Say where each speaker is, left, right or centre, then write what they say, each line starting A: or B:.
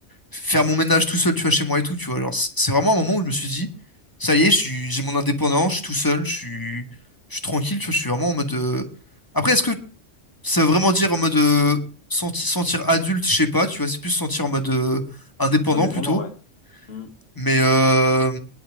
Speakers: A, on the left; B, on the left.
A: faire mon ménage tout seul, tu vois, chez moi et tout, tu vois. Genre, c'est c'est vraiment un moment où je me suis dit, ça y est, je suis- j'ai mon indépendance, je suis tout seul, je suis, je suis tranquille, tu vois. Je suis vraiment en mode. euh, Après, est-ce que ça veut vraiment dire en mode euh, senti- sentir adulte, je sais pas, tu vois. C'est plus sentir en mode euh, indépendant
B: Indépendant,
A: plutôt.
B: ouais. Hmm.
A: Mais, euh,